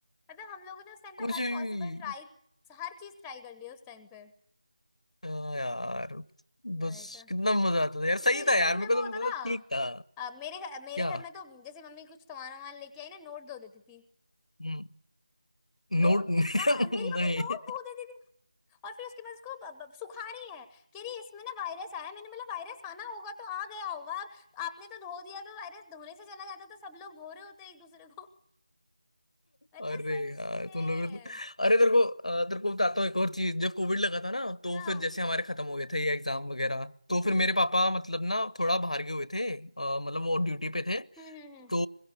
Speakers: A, in the centre; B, on the left.
A: मतलब हम लोगों ने उस टाइम पे
B: कुछ
A: हर
B: भी
A: पॉसिबल ट्राई हर चीज ट्राई कर ली है उस टाइम पे
B: हाँ यार
A: नहीं
B: बस
A: तो
B: कितना मजा आता था यार सही
A: तेरे
B: था यार
A: घर
B: मेरे
A: में वो
B: को तो
A: होता
B: मतलब
A: था
B: ठीक था
A: अ, मेरे घर मेरे
B: क्या
A: घर में तो जैसे मम्मी कुछ सामान वामान लेके आई ना नोट धो देती थी
B: हम्म,
A: नोट
B: नोट <laughs> नहीं
A: हाँ मेरी मम्मी नोट धो देती थी और फिर उसके बाद उसको ब- ब- सुखा रही है कह रही इसमें ना वायरस आया है। मैंने बोला वायरस आना होगा तो आ गया होगा अब आपने तो धो दिया तो वायरस धोने से चला जाता तो सब लोग धो रहे होते एक दूसरे को मतलब
B: अरे
A: सच
B: यार
A: में
B: तुम लोग तो अरे तेरे को अ, तेरे को बताता हूँ एक और चीज जब कोविड लगा था ना तो
A: हाँ
B: फिर जैसे हमारे खत्म हो गए थे ये एग्जाम वगैरह तो फिर
A: हम्म
B: मेरे पापा मतलब ना थोड़ा बाहर गए हुए थे अ, मतलब वो ड्यूटी पे थे
A: हम्म हम्म
B: तो